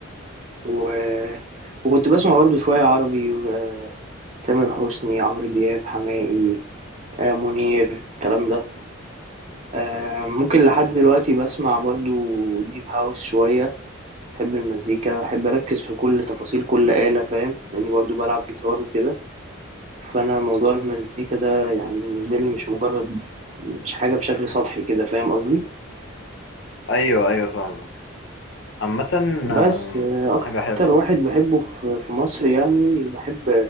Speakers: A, on the right (about 30°); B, on the left (about 60°).
A: و... وكنت بسمع برضه شوية عربي وتامر حسني عمرو دياب حماقي آه، منير الكلام ده آه، ممكن لحد دلوقتي بسمع برضه ديب هاوس شوية بحب المزيكا بحب أركز في كل تفاصيل كل آلة فاهم لأني برضه بلعب جيتار وكده فانا موضوع المزيكا ده يعني بالنسبه لي مش مجرد مش حاجه بشكل سطحي كده فاهم قصدي
B: ايوه ايوه فاهم عامة
A: بس
B: آم،
A: آه، اكتر
B: حاجة حلوة
A: واحد بحبه في في مصر يعني بحب